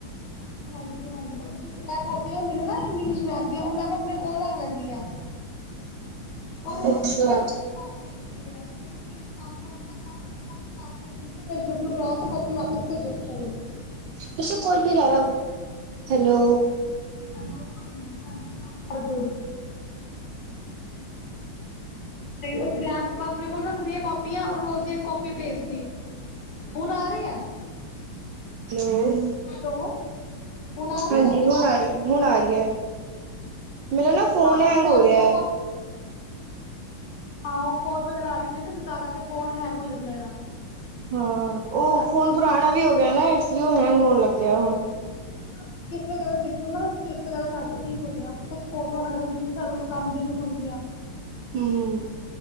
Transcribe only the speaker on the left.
ਹਾਂਜੀ ਹਾਂਜੀ ਉਹ ਜਿਸ ਤਰ੍ਹਾਂ ਕਰ ਹੁੰਦੇ ਨੇ ਨਾ ਇੰਗਲਿਸ਼ ਮੈਥ ਦੀ ਉਹ ਮੈਮ ਆਪਣੇ ਕੋਲ ਰੱਖ ਲੈਂਦੀ ਹੈ ਉਹ ਰੋਜ਼
ਦੀ ਇੱਕ ਬੁੱਕ ਘਰ ਭੇਜਦੀ ਹੈ ਜਿਹੜੀ ਜਿਸ ਕੰਮ ਅੰਦੀਆ ਸਾਰ ਕੰਮ ਕਰਓ ਤੇ ਕਾਪੀ ਵਾਪਿਸ ਭੇਜੋ ਸਕੂਲ
ਹੈਲੋ ਹਾਂਜੀ ਹਾਂਜੀ ਹ ਬਿਲਕੁਲ ਉਹ ਤਰੈ ਬੁੱਕ ਆਪਣੇ ਕੋਲ ਰੱਖਦੀ ਆ ਕਾਪੀ ਪੀਆ ਉਹ ਰੋਜ਼ ਦੀ ਇੱਕ ਕੋਪੀ ਭੇਜ ਹੁਣ ਆ ਰੀ ਹੈ
ਹੈਲੋ ਹੁਣ ਆ ਰਹੀ
ਹੈ
ਹਾਂ
ਉਹ ਤ੍ਰੈ
ਬੁੱਕਾਂ
ਕਾ ਹਾਂ ਉਹ ਕੋਲ ਵਗੈਰਾ ਆ ਰੀ ਹੋਣੀ ਤਾ ਕਰਕੇ ਫੋਨ ਹੈਂਗ ਹੋ ਜਾਂਦਾ ਆ
ਥੋੜਾ
ਕਲੀਪ ਵਗੈਰਾ ਦੇਖਿਓ ਨਾ ਵਗੈਰਾ ਕਰਕੇ ਠੀਕ ਹੋ ਜਾਏਗਾ ਕੁਛ ਫੋਟੋ ਵਗੈਰਾ ਡਿਲੀਟ ਕਰ ਦੋ ਜੋ ਕੰਮ ਦੀ ਨੀ ਹੁੰਦੀਆਂ